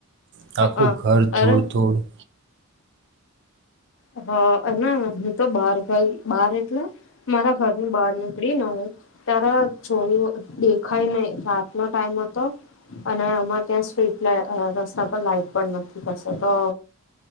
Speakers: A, on the right; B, on the left.
A: હત
B: હા
A: આખું
B: અ
A: ઘર ધોડધડ
B: અરે હા એ હું તો બાર બાર એટલે મારા ઘરની બહાર નીકળી ના હ તારા. ચો દેખ. હાઈ નહી રાતનોો ટાઈમ હતો અને આમાં ત્યાં સ્ટ્રીટ રસ્તા પર લાાઈટ પણ નથી થસે તો